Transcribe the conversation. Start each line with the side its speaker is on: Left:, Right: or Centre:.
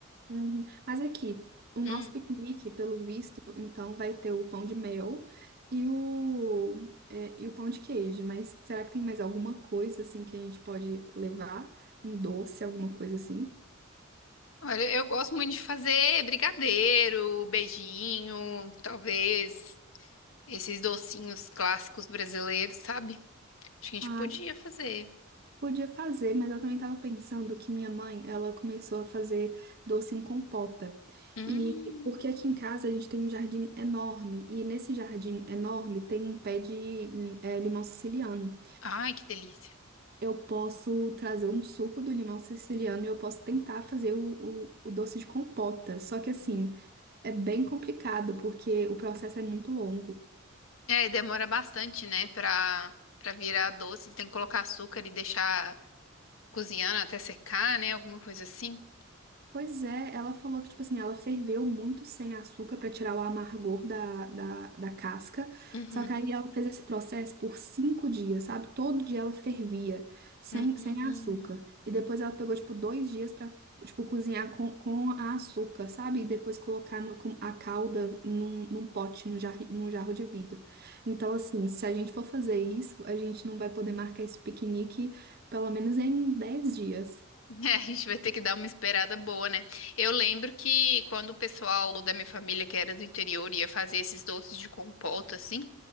Right: Uhum. Mas aqui, o nosso
Left: Hum.
Right: piquenique, pelo visto, então vai ter o pão de mel e o, é, e o pão de queijo. Mas será que tem mais alguma coisa assim que a gente pode levar? Um doce, alguma coisa assim?
Left: Olha, eu gosto muito de fazer brigadeiro, beijinho, talvez. Esses docinhos clássicos brasileiros, sabe? Acho que a gente
Right: Ah,
Left: podia fazer.
Right: podia fazer, mas eu também estava pensando que minha mãe, ela começou a fazer doce em compota.
Left: Hum.
Right: E porque aqui em casa a gente tem um jardim enorme, e nesse jardim enorme tem um pé de, eh, limão siciliano.
Left: Ai, que delícia.
Right: eu posso trazer um suco do limão siciliano e eu posso tentar fazer o, o o doce de compota. Só que assim,
Left: Hum.
Right: é bem complicado porque o processo é muito longo.
Left: É, e demora bastante, né, pra, pra virar doce. Tem que colocar açúcar e deixar cozinhando até secar, né? Alguma coisa assim.
Right: Pois é, ela falou que, tipo assim, ela ferveu muito sem açúcar pra tirar o amargor da, da, da casca.
Left: Uhum.
Right: Só que aí ela fez esse processo por cinco dias, sabe? Todo dia ela fervia sem,
Left: Hum.
Right: sem açúcar. E depois ela pegou, tipo, dois dias pra, tipo, cozinhar com, com a açúcar, sabe? E depois colocar no- com a calda num, num pote, num, jarri- num jarro de vidro. Então, assim, se a gente for fazer isso, a gente não vai poder marcar esse piquenique pelo menos em 10 dias.
Left: É, <laughs> a gente vai ter que dar uma esperada boa, né? Eu lembro que quando o pessoal da minha família, que era do interior, ia fazer esses doces de compota, assim.